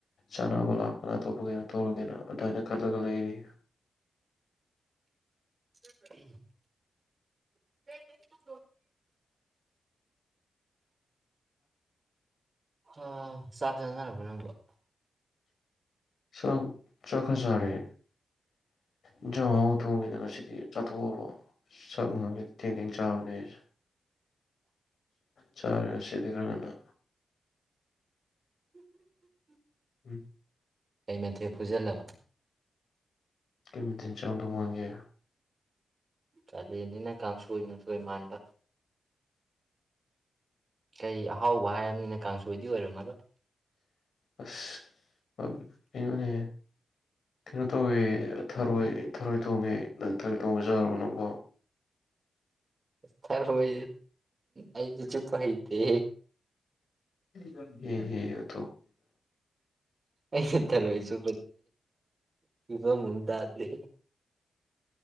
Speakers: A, on the left; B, on the right.
A: ꯆꯥꯅꯕ ꯂꯥꯛ ꯀꯅꯥꯇꯣꯞꯄꯒꯩꯅꯣ ꯇꯧꯔꯒꯦꯅ ꯑꯗꯨꯃꯥꯏꯅ ꯈꯜꯂꯒ ꯂꯩꯔꯤ꯫
B: <inaudible> <unintelligible> ꯑ ꯆꯥꯛ ꯆꯥꯅꯔꯕ? <unintelligible>
A: <unintelligible> ꯆꯥꯛ ꯈꯔꯥ ꯆꯥꯔꯦ, ꯏꯟꯖꯥꯡ ꯑꯍꯥꯑꯣꯕ ꯊꯣꯡꯉꯤꯗꯅ ꯉꯁꯤꯗꯤ ꯆꯥꯊꯣꯛꯑꯕ ꯆꯥꯛ ꯅꯍꯥꯟ ꯒꯩ ꯊꯦꯡ - ꯊꯦꯡ ꯆꯥꯕꯅꯦ ꯑꯩꯁꯦ꯫ ꯆꯔꯦ ꯉꯥꯁꯤꯗꯤ ꯈꯔꯥ ꯉꯟꯅꯥ꯫
B: <inaudible>
A: ꯎꯝ
B: ꯃꯦꯊꯦ ꯐꯨꯖꯜꯂꯕ
A: ꯀꯝꯇꯤꯟ ꯆꯣꯡꯗ ꯃꯥꯡꯒꯦ
B: ꯀꯥꯂꯦꯟꯅꯤꯅ ꯀꯥꯡꯁꯣꯏ ꯅꯨꯡꯁꯣꯏ ꯃꯥꯟꯕ ꯀꯩ ꯑꯍꯥꯎꯕ ꯍꯥꯏꯔꯕꯝꯅꯤꯅ ꯀꯥꯡꯁꯣꯏꯗꯤ ꯑꯣꯏꯔꯝꯃꯒ
A: ꯑꯁ ꯀꯩꯅꯣꯅꯦ ꯀꯩꯅꯣ ꯇꯧꯋꯦ ꯊꯔꯣꯏ ꯊꯔꯣꯏ ꯊꯣꯡꯉꯦ ꯅꯪ ꯊꯥꯔꯣꯏ ꯊꯣꯡꯕ ꯆꯥꯨꯔꯕ ꯅꯣꯀꯣ
B: ꯐꯔ ꯍ ꯑꯩꯒꯤ ꯆꯄ ꯍꯥꯏꯩꯗꯤꯦ
A: ꯍꯝ ꯍ
B: ꯑ ꯊꯔꯣꯏ ꯆꯤ ꯏꯕ ꯃꯨꯗꯗꯤ